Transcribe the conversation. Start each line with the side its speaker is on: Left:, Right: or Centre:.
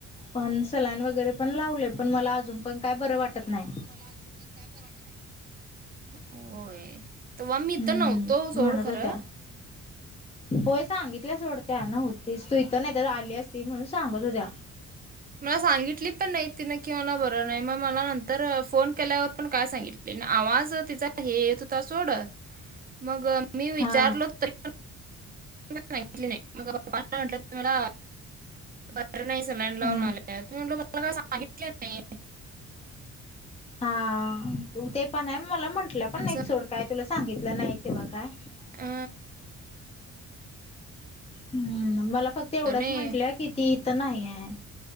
Left: पण सलाईन वगैरे पण लावले पण मला अजून पण काय बरं वाटत
Right: लाली
Left: नाही
Right: पण मला अजून पण काय बर वाटत नाही होय तवा मी इथ
Left: हम्म
Right: नव्हतो सोड
Left: म्हणत
Right: खरं
Left: होत्या होय सांगितल्या सोड त्या नव्हतीस तू इथं नाही तर आली असती म्हणून सांगत होत्या
Right: मला सांगितली पण नाही तिनं कि मला बरं नाही मग मला नंतर फोन ल्या पण काय सांगितली आ तिचा हे त सोड मग मी विचारलो
Left: हा
Right: तरी पण सांगितली नाही म म्हटलं त मला बरं नाही सलाईन लावून
Left: हा
Right: आले त म्हटलो मला काय सांगितलं नाही
Left: हा ते पण आहे मला म्हंटलं पण नाही
Right: असं
Left: सोड काय तुला सांगितलं नाही किंवा काय
Right: ह
Left: हम्म मला फक्त एवढंच
Right: नाही
Left: म्हंटलं कि ती इथं नाही आहे